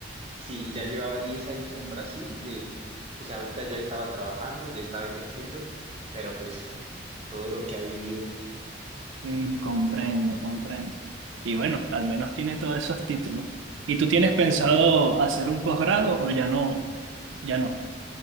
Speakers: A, on the right (about 30°); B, on the right (about 85°).
A: Sí, ya llevaba 10 años en Brasil, eh, pues ahorita ya estaba trabajando, ya estaba ejerciendo, pero pues todo lo que ha vivido,
B: Mm, comprendo, comprendo. Y bueno, al menos tiene todos esos títulos. ¿Y tú tienes
A: sí,
B: pensado hacer un posgrado o ya no? Ya no.